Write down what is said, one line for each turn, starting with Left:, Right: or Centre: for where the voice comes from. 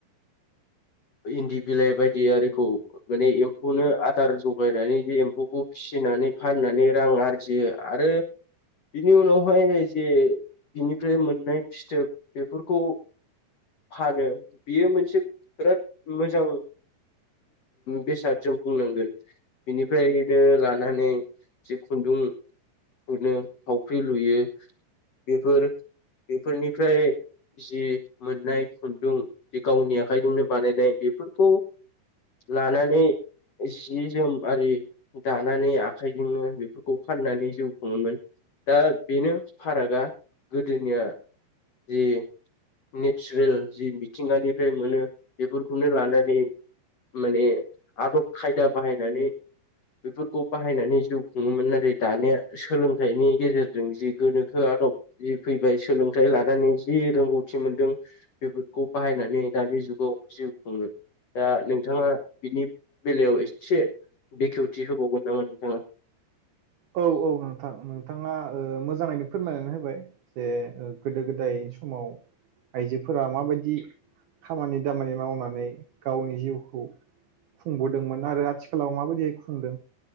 Left: इन्दि बिलाइ बायदि आरिखौ माने एम्फौनो आदार जगायनानै बे एम्फौखौ फिसिनानै फाननानै रां आरजियो आरो बेनि उनावहाय जे बेनिफ्राय मोननाय फिथोब बेफोरखौ फानो बियो मोनसे बिराद मोजां बेसाद जों बुंनांगोन बिनिफ्रायनो लानानै जि खुन्दुं खुनो थावख्रि लुयो बेफोर बेफोरनिफ्राय जि मोननाय खुन्दुं जि गावनि आखाइजोंनो बानायनायनिबोथ' लानानै जि जोम आरि दानानै आखाइजोंनो बेफोरखौ फाननानै जिव खुङोमोन दा बेनो फारागा गोदोनिया जि नेचारेल जि मिथिंगानि फ्राय मोनो। बेफोरखौनो लानानै माने आदब खायदा बाहायनानै बेफोरखौ बाहायनानै जिउ खुङोमोन नाथाय दानिया सोलोंथाइनि गेजेरजों जि गोनोखो आदब जि फैबाय सोलोंथाइ लानानै जि रोंगौथि मोनदों बेफोरखौ बाहायनानै दानि जुग गाव जिव खुङो दा नोंथाङा बिनि बेलायाव एसे बेखेवथि होबावगोन नामा नोंथाङा?
Right: औ औ नोंथां नोंथाङा ओ मोजाङैनो फोरमायनानै होबाय जे गोदो गोदाय समाव आइजोफोरा माबायदि खामानि दामानि मावनानै गावनि जिउखौ खुंबोदोंमोन आरो आथिखालाव माबायदिहै खुंदों